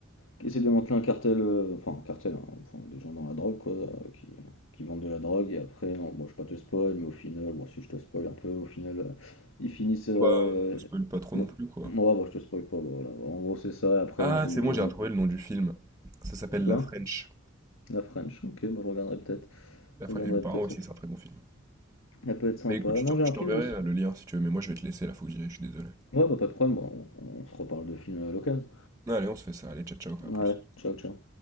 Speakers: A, on the left (about 80°); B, on the right (about 15°).
A: qui essaie de démanteler un cartel, euh, enfin, un cartel, hein, enfin, des gens dans la drogue, quoi, euh, qui, qui vendent de la drogue. Et après, bon, bon, je vais pas te spoil, mais au final, bon, si je te spoil un peu, au final, euh, ils finissent. euh,
B: Bah, euh, spoil pas trop
A: Bon,
B: non plus, quoi.
A: ouais, bon, je te spoil pas, bon, voilà. En gros, c'est ça. Et Après,
B: Ah,
A: ils ont,
B: c'est moi,
A: ils
B: j'ai
A: ont,
B: retrouvé le nom du film. Ça s'appelle
A: c'est quoi?
B: La French.
A: La French. Ok, moi, je regarderai peut-être.
B: La
A: Je
B: French.
A: regarderai
B: Et le parrain
A: peut-être,
B: aussi,
A: ça peut,
B: c'est un très bon film.
A: ça peut être sympa.
B: Mais écoute, je
A: Non,
B: t'en-
A: j'ai
B: je
A: un
B: t'enverrai
A: film aussi.
B: euh, le lien si tu veux, mais moi je vais te laisser là, faut que j'y aille, je suis désolé.
A: Ouais, bah, pas de problème, bon, on, on se reparle de films à l'occasion.
B: Allez, on se fait ça, allez, ciao ciao,
A: Vale,
B: à plus.
A: chao, chao.